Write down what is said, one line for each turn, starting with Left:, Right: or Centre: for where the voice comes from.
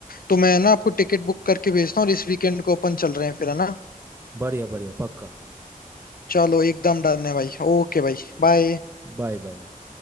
Left: तो मैं ना आपको टिकट बुक करके भेजता हूँ और इस वीकेंड को अपन चल रहे हैं फिर है ना
Right: बढ़िया बढ़िया पक्का
Left: चलो एकदम डन है भाई ओके भाई बाय
Right: Bye bye bye